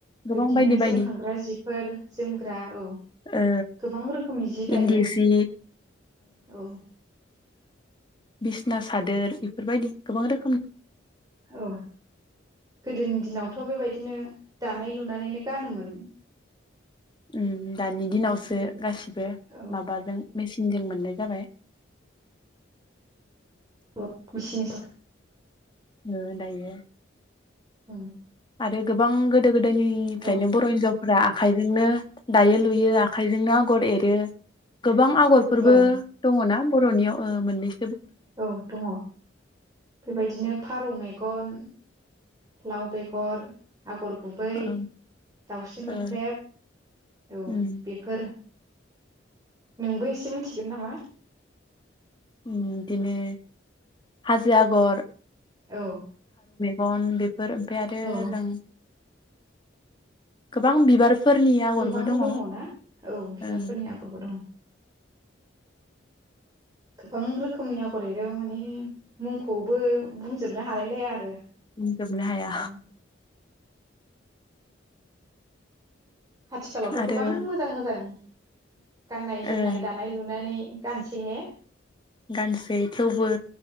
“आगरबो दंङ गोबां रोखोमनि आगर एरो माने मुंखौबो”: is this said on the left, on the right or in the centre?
Right